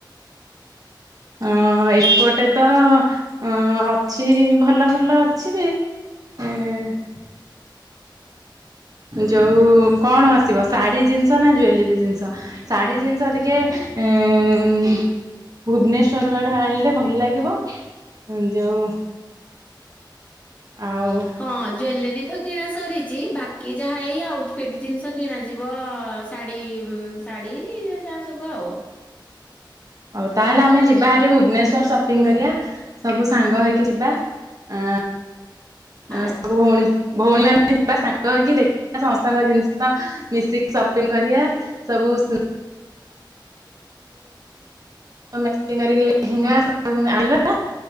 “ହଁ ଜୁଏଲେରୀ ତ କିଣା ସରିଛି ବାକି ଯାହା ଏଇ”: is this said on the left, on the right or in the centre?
Left